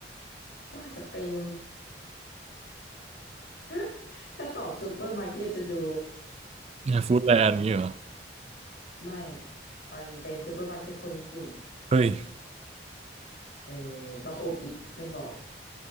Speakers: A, on the left; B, on the right.
A: ก็อาจจะเป็น <laughs> ถ้าตอบซูเปอร์มาร์เก็ตจะดู
B: ฟู้ดแลนด์อย่างเงี้ยเหรอ
A: ไม่ มันเป็นซูเปอร์มาร์เก็ตคนญี่ปุ่น
B: เฮ้ย
A: เออต้องอุบอิบไม่บอก